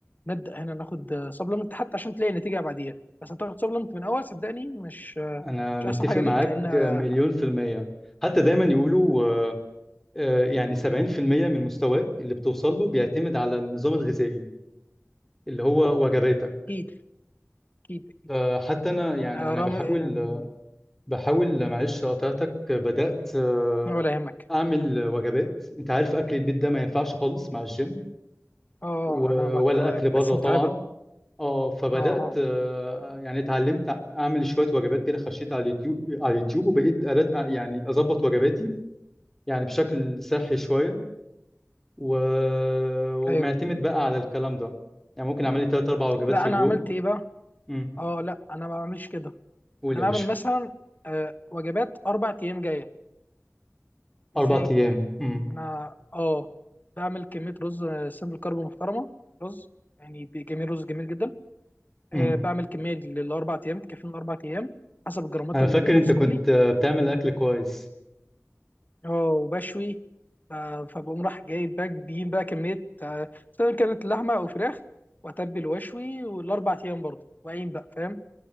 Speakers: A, on the left; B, in the centre.
A: نبدا هنا ناخد سبلمنت حتى عشان تلاقي نتيجه بعديها بس هتاخد سبلمنت من اول صدقني مش آه،
B: انا
A: مش
B: متفق
A: احسن حاجه
B: معاك
A: ليك لان آه،
B: مليون في المية حتى دايما يقولوا آه، آه، يعني 70% من مستواك اللي بتوصل له بيعتمد على النظام الغذائي اللي هو وجباتك
A: اكيد اكيد اكيد
B: آه، حتى انا يعني
A: آه،
B: انا
A: رامي
B: بحاول
A: آه،
B: بحاول معلش قطعتك بدأت آه،
A: ولا يهمك
B: اعمل وجبات انت عارف اكل البيت ده ما ينفعش خالص مع الجيم
A: اه
B: و-
A: انا مت...
B: ولا اكل بره
A: بس متعبه
B: طبعا اه فبدات
A: اه اه
B: آه، يعني اتعلمت اعمل شويه وجبات كده خشيت على اليوتيوب على اليوتيوب وبقيت أرد آه، يعني اظبط وجباتي يعني بشكل صحي شويه و... ومعتمد
A: ايوه
B: بقى على الكلام ده يعني ممكن اعمل لي ثلاث اربع وجبات
A: لا
B: في
A: انا
B: اليوم
A: عملت ايه بقى
B: امم
A: اه لا انا ما بعملش كده
B: قول
A: انا
B: يا
A: بعمل
B: باشا
A: مثلا آه، وجبات اربع ايام جايه
B: اربع
A: ازاي
B: ايام امم
A: انا اه بعمل كميه رز آه، سمبل كارب محترمه رز يعني بي- جميل رز جميل جدا أه
B: امم
A: بعمل كميه للاربع ايام تكفيني الاربع ايام حسب الجرامات
B: انا
A: المحسوبه
B: فاكر انت كنت
A: لي
B: آه، بتعمل اكل كويس
A: اه وبشوي ف- فبقوم راح جايب بقى بجيب بقى كميه آه، سواء كانت لحمه او فراخ واتبل واشوي والاربع ايام برضه واقيم بقى فاهم